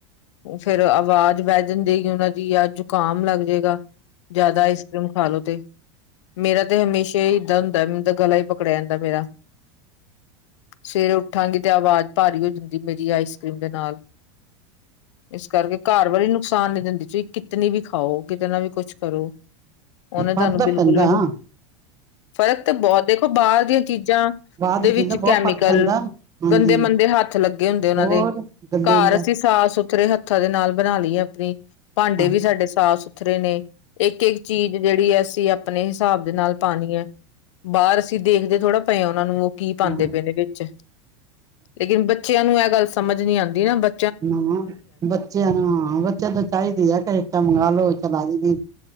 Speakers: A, on the left (about 80°); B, on the right (about 20°).
A: ਔ ਫਿਰ ਆਵਾਜ਼ ਬਹਿ ਜਾਂਦੀ ਉਹਨਾਂ ਦੀ, ਯਾ ਜ਼ੁਕਾਮ ਲੱਗ ਜਾਏਗਾ। ਜ਼ਿਆਦਾ ਆਈਸ ਕਰ੍ਰੀਮ ਖਾ ਲੋ ਤੇ, ਮੇਰਾ ਤੇ ਹਮੇਸ਼ਾ ਹੀ ਇੱਦਾਂ ਹੁੰਦਾ, ਮੇਰਾ ਤੇ ਗਲਾ ਹੀ ਪਕੜਿਆ ਜਾਂਦਾ ਮੇਰਾ, ਸਵੇਰੇ ਉੱਠਾਂਗੀ ਤੇ ਆਵਾਜ਼ ਭਾਰੀ ਹੋ ਜਾਂਦੀ। ਹੋ ਜਾਂਦੀ ਮੇਰੀ, ਆਈਸ ਕਰ੍ਰੀਮ ਦੇ ਨਾਲ, ਇਸ ਕਰਕੇ ਘਰ ਵਾਲੀ ਨੁਕਸਾਨ ਨੁਕਸਾਨ ਨੀ ਦਿੰਦੀ ਜੀ, ਕਿਤਨੀ ਵੀ ਖਾਓ, ਕਿਤਨਾ ਵੀ ਕੁਛ ਕਰੋ ਓਨੇ ਤੁਆਨੂ
B: ਫਰਕ ਤਾਂ
A: ਬਿਲਕੁਲ
B: ਪੈਂਦਾ
A: ਵੀ ਨੀ,
B: ਹਾਂ
A: ਫ਼ਰਕ ਤੇ ਬਹੁਤ, ਦੇਖੋ ਬਾਹਰ ਦੀਆਂ ਚੀਜਾਂ
B: ਬਾਅਦ
A: ਦੇ
B: ਵਿੱਚ
A: ਵਿਚ
B: ਦਿੰਦਾ ਬਹੁਤ
A: ਕੈਮੀਕਲ,
B: ਫ਼ਰਕ ਪੈਂਦਾ ਹਾਂਜੀ
A: ਗੰਦੇ, ਮੰੰਦੇ ਹਥ ਲਗੇ ਹੁੰਦੇ ਓਨਾਂਦੇ,
B: ਹੋਰ ਗੱਲੇ
A: ਘਾਰ
B: ਹੁੰਦੇ
A: ਅਸੀ ਸਾਫ਼ ਸੁਥ ਸੁਥਰੇ ਹੱਥਾਂ ਦੇ ਨਾਲ ਬਨਾ ਲੀਏ ਅਪਨੀ ਭਾਂਡੇ
B: ਹਾਂਜੀ
A: ਵੀ ਸਾਡੇ ਸਾਫ਼ ਸੁਥਰੇ ਨੇ ਇਕ - ਇਕ ਚੀਜ ਜੇੜੀ ਅਸੀ ਅਪਨੇ ਹਿਸਾਬ ਦੇ ਨਾਲ ਪਾਨੀ ਏ ਬਾਰ ਅਸੀ ਦੇਖਦੇ ਥੋੜਾ ਪਏ ਆਂ ਓਨਾਂ ਨੂ ਓ ਕੀ ਪਾਂਦੇ
B: ਹਾਂ
A: ਪਏ ਨੇ ਵਿਚ ਲੇਕਿਨ ਬਚਿਆਂ ਨੂੰ ਏ ਗਾਲ ਸਮਝ ਨੀ ਆਂਦੀ ਨਾ ਬ
B: ਨਾ ਬੱਚਿਆਂ ਨੂੰ ਹਾਂ ਬੱਚਿਆਂ ਤੋ ਚਾਹੀਦੀ ਏ ਪਲੇਟਾਂ ਮੰਗਾ ਲੋ ਅਜ ਵੀ